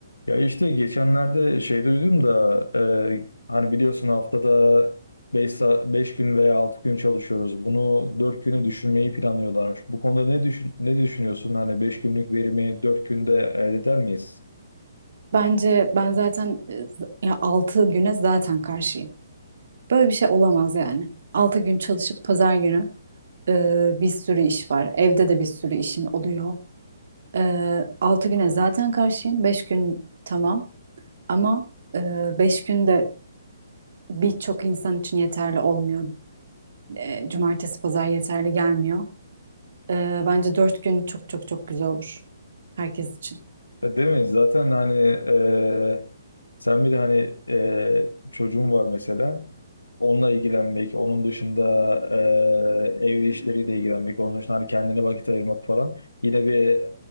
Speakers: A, on the left; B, on the right.
A: Ya işte geçenlerde şey duydum da e, hani biliyorsun haftada 5 5 gün veya 6 gün çalışıyoruz. Bunu 4 günü düşürmeyi planlıyorlarmış. Bu konuda ne düşün ne düşünüyorsun? Hani 5 günlük verimi 4 günde elde eder miyiz?
B: Bence ben zaten e, z- ya 6 güne zaten karşıyım. Böyle bir şey olamaz yani. 6 gün çalışıp pazar günü e, bir sürü iş var. Evde de bir sürü işin oluyor. E, 6 güne zaten karşıyım. 5 gün tamam ama e, 5 gün de birçok insan için yeterli olmuyor. E, cumartesi pazar yeterli gelmiyor. E, bence 4 gün çok çok çok güzel olur herkes için.
A: Ya Değil mi? Zaten hani e, sen bir de hani e, çocuğun var mesela. Onunla ilgilenmek, onun dışında e, ev işleriyle ilgilenmek, onun dışında hani kendine vakit ayırmak falan. Yine bir